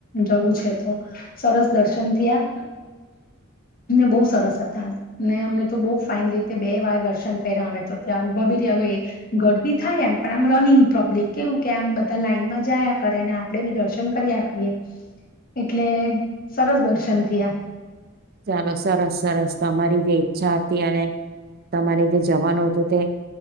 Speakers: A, on the left; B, on the right.
A: જવું છે તો સરસ દર્શન થયા અને બહુ સરસ હતા, ને અમને તો બહું ફાઇન રીતે બે વાર દર્શ દર્શન કયરા અમે તો, ત્યાં ઉભા ભી રહ્યા હોય. ગરદી થાય એમ પણ આમ રનિંગ પ્રબ્લિક કેવું કે આમ બધા લાઈનમાં જ જાયા કરે અને આપણે બી દર્શ <unintelligible> કર્યા કરીએ. એટલે સરસ દર્શન ગ્યા.
B: ચાલો સરસ-સરસ તમારી જે ઈચ્છા હતી અને તમારે જે જવાનું હતું તે